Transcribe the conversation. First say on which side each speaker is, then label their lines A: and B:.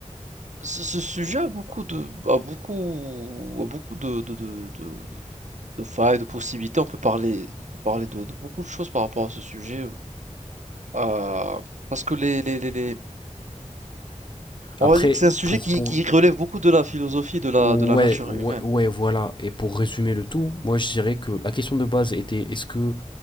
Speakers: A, on the right (about 65°); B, on the left (about 40°).
A: ce ce sujet a beaucoup de, a beaucoup, a beaucoup de, de, de, de, de- de failles, de possibilités. On peut parler, on peut parler de, de beaucoup de choses par rapport à ce sujet. euh, parce que les, les, les, les-
B: Après,
A: on va dire que c'est un sujet
B: pour,
A: qui,
B: pour
A: qui relève beaucoup de la philosophie de
B: Ouais,
A: la, de la nature
B: ouais,
A: humaine.
B: ouais, voilà. Et pour résumer le tout, moi je dirais que la question de base était est-ce que